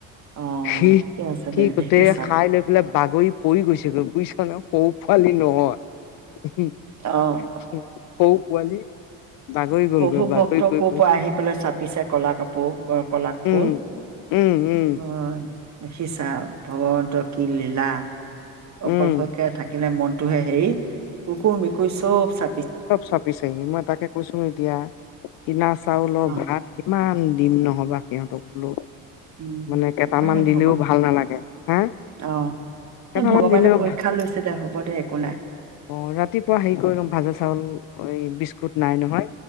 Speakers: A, on the right; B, on the left.
A: অ',
B: সি
A: ঠিকে আছে
B: সি
A: দে
B: গোটেই
A: দেখি চাবি
B: খাই লৈ পেলাই বাগৰি পৰি গৈছে গৈ বুজিছো ন? সৰু পোৱালি নহয়। উহুম
A: অ',
B: সৰু পোৱালি বাগৰি গ'লগৈ
A: প্ৰভু
B: বাগৰি
A: ভক্ত
B: গৈ
A: ক'ৰ পৰা আহি পেলাই চাপিছে। কলা কাপোৰ কলা কাপোৰ,
B: উম উম উম
A: অ' দেখিছা। ভগৱন্তৰ কি লীলা? অকলশৰে
B: উম
A: থাকিলে মন যিটো হে হেৰি কুকুৰ, মেকুৰী চব চা
B: চব চাপিছেহি, মই তাকে কৈছো এতিয়া কিনা চাউলৰ
A: অ',
B: ভাত কিমান দিম নহ'বা সিহঁতক বোলো?
A: উম,
B: মানে কেইটামান
A: উপায় নাই
B: দিলেও
A: ভগৱ
B: ভাল নালাগে, হা,
A: অ',
B: কেইটামান
A: এই ভগৱানে
B: দিলেও
A: পৰীক্ষা
B: ভা,
A: লৈছে দে হ'ব দে একো নাই
B: অ ৰাতিপুৱা হেৰি কৰি ল'ম ভাজা উ এই, বিস্কুট নাই নহয়।